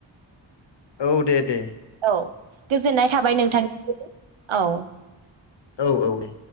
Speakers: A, on the left; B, on the right.
A: औ दे दे
B: औ गोजोननाय थाबाय नोंथांनि औ
A: औ औ दे